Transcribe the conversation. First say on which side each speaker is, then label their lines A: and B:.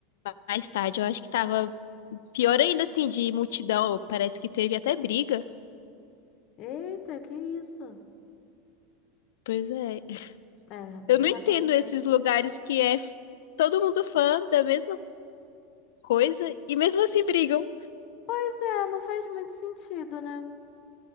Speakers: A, on the left (about 80°); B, on the left (about 45°).
A: mais tarde eu acho que tava pior ainda assim de multidão, parece que teve até briga.
B: Eita, que isso?
A: Pois é,
B: É,
A: Eu não
B: também,
A: entendo esses
B: né?
A: lugares que é f- todo mundo fã da mesma coisa e mesmo assim brigam.
B: Pois é, não faz muito sentido, né?